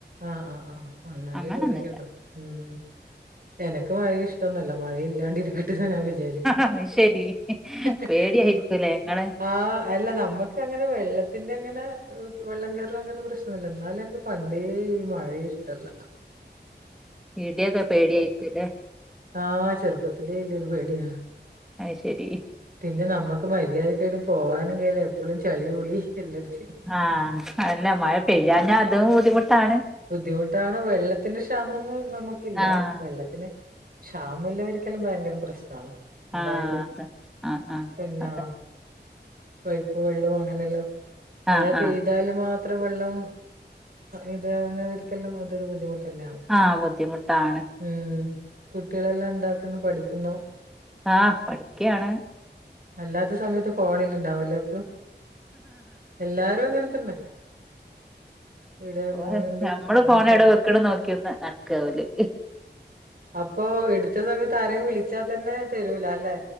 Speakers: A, on the right; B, in the centre.
A: ആഹ് ആഹ് ആഹ് എന്നാലേ
B: അങ്ങനൊന്നുല്ല
A: പേടിക്കണ്ടു ഉം എനക്ക് മഴെ ഇഷ്ടംന്നല്ല മഴല്ലാണ്ടിരിക ഞാൻ വിചാരിക്കുന്നേ
B: അത് ശരി
A: <inaudible> ഹ്
B: പേടിയായിരിക്കൂലേ
A: ഹ്
B: ഇങ്ങള്
A: ആഹ് അല്ല നമ്മക്ക് പക്ഷെ അങ്ങനെ വെള്ളത്തിന്റെ അങ്ങനെ വെള്ളം കയറല് അങ്ങനത്തെ പ്രശ്നം ഇല്ല എന്നാലും എനിക്ക് പണ്ടേ ഈ മഴ ഇഷ് ഇഷ്ടല്ല
B: ഇടിയൊക്കെ പേടിയായിക്കൂലേ
A: ആഹ് ചെറുപ്പത്തിലേ ഇൻ്റെ ഒരു പേടിയാന്ന്
B: അയ്ഷരി
A: പിന്നെ നമ്മക്ക് മര്യാദക്കേടയും പോവാനും കയില എപ്പളും ചളിപിളി എല്ലടത്തിലും
B: ആഹ് അല്ല മഴ പെയ്യാഞ്ഞാ അതും ബുദ്ധിമുട്ടാണ്
A: ബുദ്ധിമുട്ടാണ് വെള്ളത്തിന്റെ ക്ഷാമൊന്നും നമക്കില്ല
B: ആഹ്
A: വെള്ളത്തിന് ക്ഷാമല്ലവരിക്കെല്ലം ഭയങ്കരം പ്രശ്നാണ് എന്തായാലും
B: ആഹ് അതെ ആഹ് ആഹ്
A: പിന്നെ
B: അതെ
A: പൈപ്പ് വെള്ളവും അങ്ങനെല്ലം മഴ
B: ആഹ്
A: പെയ്താല്
B: ആഹ്
A: മാത് ത്ര വെള്ളം ഇതാവുന്നവർക്കല്ലം അതൊരു ബുദ്ധിമുട്ട് തന്നെയാണ്
B: ആഹ് ബുദ്ധിമുട്ടാണ്
A: ഉം കുട്ട്യേളല്ലം എന്താക്ന്ന് പഠിക്കുന്നോ?
B: ആഹ് പഠിക്കാണ്.
A: അല്ലാത്ത സമയത്ത് ഫോണില് ഇണ്ടാവല്ലേ എപ്പളും എല്ലാരും അങ്ങനെ തന്നെ ഇവിടെ
B: ഓഹ്
A: മോനുണ്ട്
B: നമ്മള്
A: അവന്
B: ഫോണ്
A: ഫോ
B: എവിടെ വെക്ണ് നോക്കി നടക്കാ ഓല്
A: അപ്പൊ എടുത്ത സമയത്ത് ആരെങ്കിലും വിളിച്ചാ തന്നെ തരൂല അല്ലേ